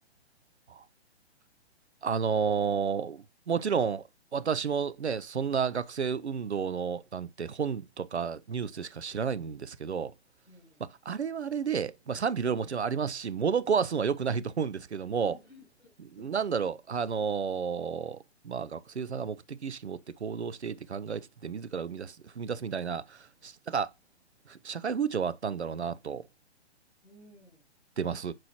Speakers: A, on the right; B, in the centre.
A: あ。あのーもちろん私もね、そんな学生運動のなんて本とかニュースでしか知らないんですけど、
B: ええ。
A: まあ、あれはあれで、まあ、賛否両論もちろんありますし、物壊すのは良くないと思うんですけども、
B: うんうんうん。そうね。
A: なんだろう、あのーまあ、学生さんが目的意識持って行動していて考えていて、自ら生み出す、踏み出すみたいな、しなんか、ふ社会風潮はあったんだろうなと、
B: うん。そうです。
A: 出ます。